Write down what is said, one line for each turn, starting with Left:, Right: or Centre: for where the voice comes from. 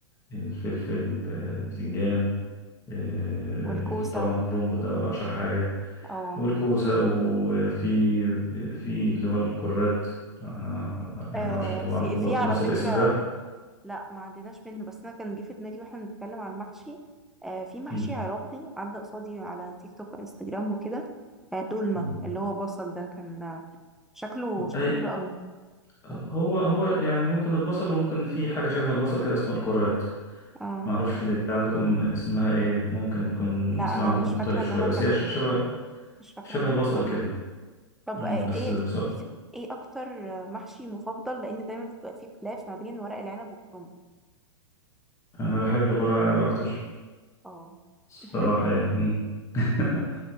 Left: الفلفل آه، البتنجان آه،
Centre: والكوسة
Left: طبعا الكرنب ده أشهر حاجة
Centre: اه
Left: والكوسة وفي في اللي هو الكرات آه، يعني
Centre: آه،
Left: معرفش انتوا
Centre: في
Left: عندكم
Centre: في
Left: برضو
Centre: على
Left: نفس
Centre: فكرة
Left: الاسم ده
Centre: لا ما عديناش منه بس انا كان جه في دماغي واحنا بنتكلم عن المحشي آه في محشي
Left: مم.
Centre: عراقي عدى قصادي على تيك توك وانستجرام وكده آه دولمة
Left: مم.
Centre: اللي هو بصل ده كان آه، شكله شكله
Left: اي
Centre: حلو قوي
Left: هو هو يعني ممكن البصل وممكن في حاجة شبه البصل كده اسمها الكرات
Centre: آه
Left: معرفش دي عندكم اسمها ايه ممكن تكون
Centre: لا
Left: اسمها
Centre: انا
Left: عندكم
Centre: مش
Left: مختلف
Centre: فاكره ان
Left: شوية
Centre: انا
Left: بس
Centre: اكلت
Left: هي ش- شبه
Centre: مش فاكره
Left: شبه
Centre: اني اكلتها
Left: البصل كده
Centre: طب
Left: مم،
Centre: آه،
Left: بس
Centre: ايه
Left: بصراحة
Centre: ايه اكتر آه، محشي مفضل لان دايما بيبقى فيه خلاف ما بين ورق العنب والكرنب
Left: انا بحب الورق العنب اكتر
Centre: اه
Left: صراحة
Centre: <laughs>
Left: يعني مم. <laughs>